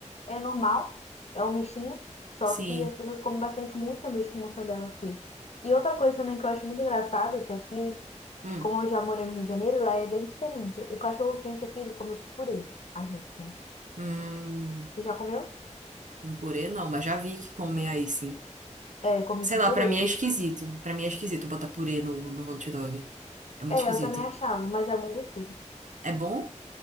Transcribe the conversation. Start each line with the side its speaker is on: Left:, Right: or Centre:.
Left: é normal, é um mexinho. Só
Right: sim.
Left: que as pessoas comem bastante muito sanduíche com mortadela aqui. E outra coisa também que eu acho muito engraçado, que aqui
Right: Hum,
Left: Como eu já morei no Rio de Janeiro, lá é bem diferente. O cachorro quente aqui, eles comem com purê. A gente, né?
Right: hum,
Left: Você já comeu?
Right: com purê não, mas já vi que comem aí, sim.
Left: É, comi
Right: Sei
Left: com
Right: lá,
Left: purê.
Right: pra mim é esquisito. Pra mim é esquisito botar purê no, no hot dog. É muito
Left: É,
Right: esquisito.
Left: eu também achava, mas é bom gostoso.
Right: É bom?